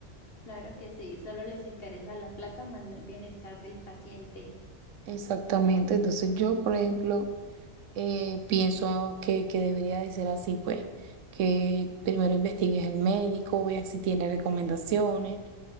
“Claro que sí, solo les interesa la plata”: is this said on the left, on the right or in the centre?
Left